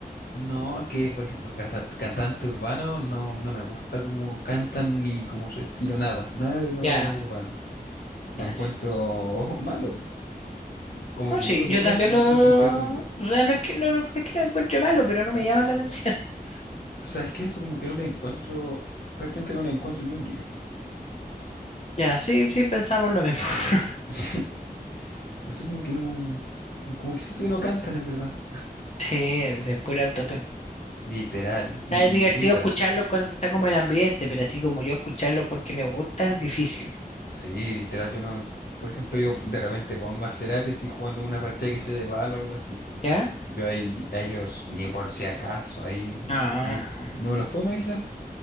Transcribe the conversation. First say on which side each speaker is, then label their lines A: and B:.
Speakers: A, on the left (about 80°); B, on the left (about 45°).
A: No, es que, por ejemplo, los carta- cantantes urbanos no, no me gusta cómo cantan ni como su estilo, nada, nada de lo
B: Ya.
A: urbano. Lo
B: claro.
A: encuentro <laughs> malo, po. como
B: No,
A: que
B: sí,
A: puro
B: yo
A: gritan
B: también
A: como
B: lo...
A: sin sentido, según yo.
B: O sea, no es que no, no no es que lo encuentre malo, pero no me llama la atención. <laughs>
A: O sea, es que eso como que no le encuentro, prácticamente no le encuentro ni un brillo.
B: Ya, sí, sí, pensamos lo mismo. <laughs>
A: <laughs> No sé, como que no, como que siento que no cantan en verdad.
B: Sí, o sea, es pura autotune.
A: Literal, y,
B: Ah, es divertido
A: y grita.
B: escucharlo cuando está como el ambiente, pero así como yo escucharlo porque me gusta es difícil.
A: Sí, literal, yo no, por ejemplo, yo de repente pongo a Cerati así jugando una partida que sea de balo o algo así.
B: ¿Ya?
A: Yo ahí- a ellos ni por si acaso, ahí
B: No,
A: no,
B: no.
A: no me los puedo imaginar,